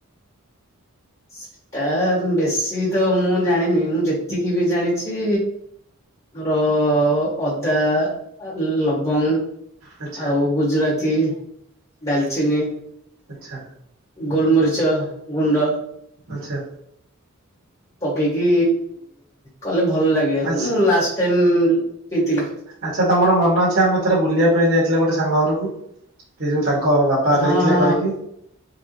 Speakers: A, on the left; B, on the right.
A: ସେଟା ବେଶୀ ତ ମୁଁ ଜାଣିନି ମୁଁ ଯେତିକି ବି ଜାଣିଚି ର ଅଦା ଆ ଲବଙ୍ଗ୍
B: ଆଚ୍ଛା
A: ଆଉ
B: ଆଚ୍ଛା
A: ଗୁଜୁରାତି, ଡାଲଚିନି
B: ଆଛା।
A: ଗୋଲମରିଚ ଗୁଣ୍ଡ।
B: ଆଛା।
A: ପକେଇକି କଲେ ଭଲ ଲାଗେ
B: ଆଚ୍ଛା
A: ମୁଁ ଲାଷ୍ଟ ଟାଇମ୍ ପିଇଥିଲି।
B: ଆଚ୍ଛା ତମର ମନ ଅଛି ଆମେ ଥରେ ବୁଲିବା ପାଇଁ ଯାଇଥିଲେ ଗୋଟେ ସାଙ୍ଗ ଘରକୁ କି ଯୋଉ ତାଙ୍କ୍ କ ବାପା
A: ହଁ
B: ଦେଇଥିଲେ
A: ହଁ
B: କରିକି।